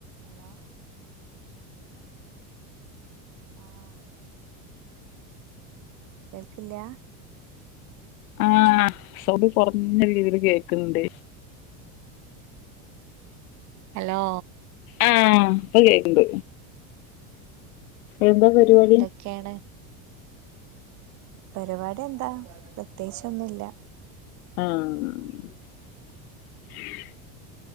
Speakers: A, on the right; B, on the left.
A: Hello ആഹ് കേൾക്ക്ല്ലാ?
B: ആഹ് സൗഡ് കൊർഞ്ഞ രീതിയിൽ കേൾക്ക്ണ് ഇണ്ട്.
A: ഹലോ
B: ആഹ് അപ്പ കേക്ക് ഇണ്ട് എന്താ പരിപാടി?
A: ക്കെയാണ് പരിപാടി എന്താ പ്രത്യേകിച്ചൊന്നും ഇല്ല.
B: ആഹ്